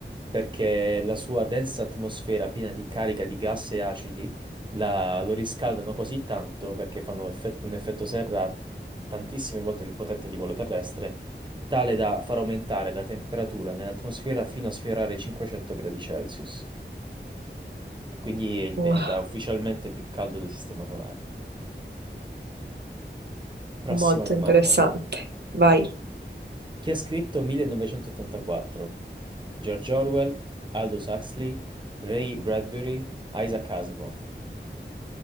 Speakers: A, on the right; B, on the right.
A: perché la sua densa atmosfera piena di carica di gas e acidi la- lo riscaldano così tanto perché fanno effett- un effetto serra tantissime volte più potente di quello terrestre, tale da far aumentare la temperatura nell'atmosfera fino a sfiorare i 500 gradi Celsius. E quindi è il
B: Wow,
A: pianeta ufficialmente più caldo del Sistema Solare. Prossima
B: molto
A: domanda.
B: interessante. Vai.
A: Chi ha scritto 1984? George Orwell, Aldous Huxley, Ray Bradbury, Isaac Asimov.